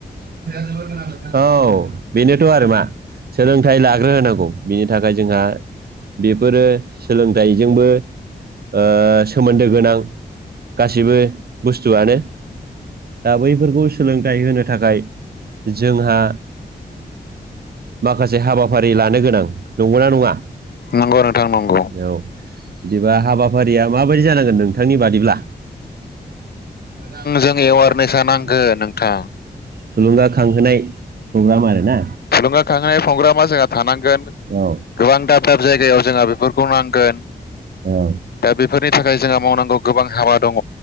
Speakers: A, on the right; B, on the left.
A: जोबोर गोनां नोंथां औ बेनोथ' आरो मा सोलोंथाइ लाग्रो होनोनांगौ बिनि थाखाय जोंहा बेफोरो। सोलोंथाइजोंबो ओ सोमोन्दो गोनां गासिबो बुस्थुआनो। दा बैफोरखौ सोलोंथाइ होनो थाखाय जोंहा माखासे हाबाफारि लानो गोनां नंगौना नङा?
B: नंगौ नोंथां नंगौ।
A: औ बिदिबा हाबाफारिया माबायदि जानांगोन नोंथांनि बादिब्ला। मोजां
B: जों
A: जोंनि
B: एवारनेसा
A: जानांगोन
B: नांगोन नोंथां
A: थुलुंगााखांहोनाय। प्रग्राम आरो ना
B: थुलुंगाखांहोनाय प्रग्रामा जोंहा थानांगोन
A: औ।
B: गोबां दाब दाब जायगायाव जोंहा बेफोरखौ नांगोन।
A: औ
B: दा बेफोरनि थाखाय जोंहा मावनांगौ गोबां हाबा दङ।